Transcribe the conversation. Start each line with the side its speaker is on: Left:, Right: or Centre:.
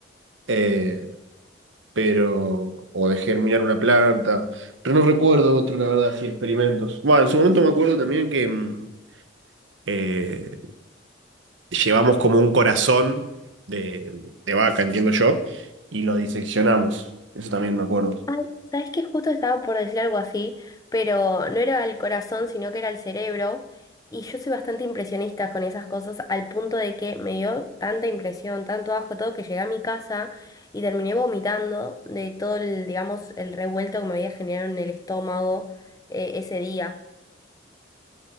Right: Eh, pero, o de germinar una planta, pero no recuerdo otro, la verdad, así experimentos. Bueno, en su momento me acuerdo también que mm, eh, llevamos como un corazón de, de vaca, entiendo yo, y lo diseccionamos, eso también me acuerdo.
Left: Ay, sabes que justo estaba por decir algo así, pero no era al corazón, sino que era al cerebro. Y yo soy bastante impresionista con esas cosas, al punto de que me dio tanta impresión, tanto asco todo, que llegué a mi casa y terminé vomitando de todo el, digamos, el revuelto que me había generado en el estómago eh, ese día.